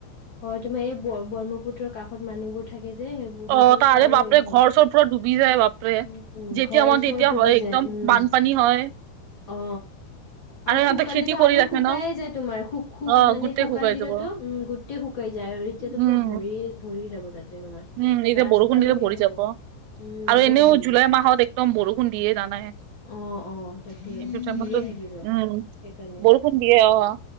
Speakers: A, on the left (about 55°); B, on the right (about 85°).
A: হয় তোমাৰ এই ব্ৰহ্মপুত্ৰৰ কাষত মানুহবোৰ থাকে যে সেইবোৰ সেইবোৰতো
B: অ', তাৰে
A: আৰু
B: বাপৰে
A: এই হয়
B: ঘৰ চৰ পুৰা ডুবি যায়, বাপৰে
A: উম, উম,
B: যেতিয়া
A: ঘৰ
B: মান
A: চৰ
B: তেতিয়া
A: ডুবি
B: হয়
A: যায়
B: একদম
A: উম।
B: বান্ধ পানী হয়।
A: অ', আৰু
B: সিহঁতে
A: সুকালেতো
B: খেতি কৰি
A: আৰু
B: ৰাখে
A: শুকাইে
B: ন
A: যায়, তোমাৰ শুখো
B: অ
A: মানে
B: গোটেই
A: শুকান
B: শুকাই
A: দিনতো
B: যাব
A: উম গোটেই শুকাই যায় আৰু এতিয়াতো
B: উম
A: পুৰা ভৰি ভৰি যাব তাতে, তোমাৰ
B: উম এতিয়া
A: ৰাস্তালৈকে
B: বৰষুণ দিলে ভৰি
A: আহিব
B: যাব
A: উম
B: আৰু
A: বহুত
B: এনেও
A: ভৰিব
B: জুলাই মাহত একদম বৰষুণ দিয়ে জানাই,
A: অ অ তাকে
B: এইটো টাইমত
A: দিয়ে
B: টো
A: থাকিব
B: উম বৰষুণ
A: সেইকাৰণে
B: বৰষুণ দিয়ে অ',